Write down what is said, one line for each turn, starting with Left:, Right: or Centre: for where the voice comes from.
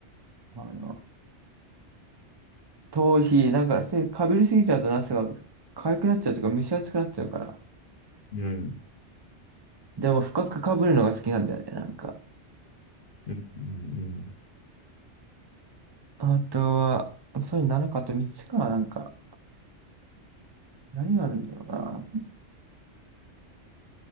Right: あの、頭皮、なんか、せ被りすぎちゃうと、夏が痒くなっちゃうとか、蒸し暑くなっちゃうから。
Left: うん。
Right: でも、深く被るのが好きなんだよね、なんか。
Left: うん。うん。うん
Right: あとは、そういうのなるかあと3つか、なんか、何があるんだろうな。